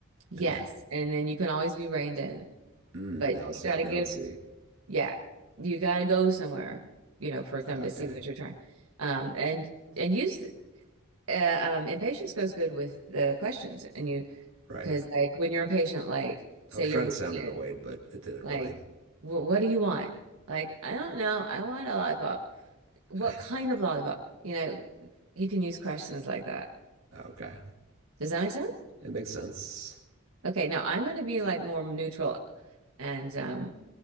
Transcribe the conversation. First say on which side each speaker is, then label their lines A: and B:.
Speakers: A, on the right (about 85°); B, on the right (about 60°).
A: Yes.
B: And
A: And then you can always be reined in.
B: Mm,
A: But
B: now I
A: you
B: see.
A: gotta
B: Now
A: give,
B: I see.
A: yeah, you gotta go somewhere, you know, for them
B: Okay.
A: to see what you're trying. Um, and and use uh, um, impatience goes good with the questions, and you
B: Right.
A: because like when you're impatient, like say
B: I was
A: you're
B: trying
A: with
B: to sound
A: a
B: annoyed,
A: kid,
B: but it didn't
A: like
B: really.
A: "Wh- what do you want? Like I don't know, I want a lollipop.
B: <sighs>
A: What kind of lollipop? You know, you can use questions like that.
B: Okay.
A: Does that make sense?
B: It makes sense.
A: Okay, now I'm gonna be like more neutral, and um,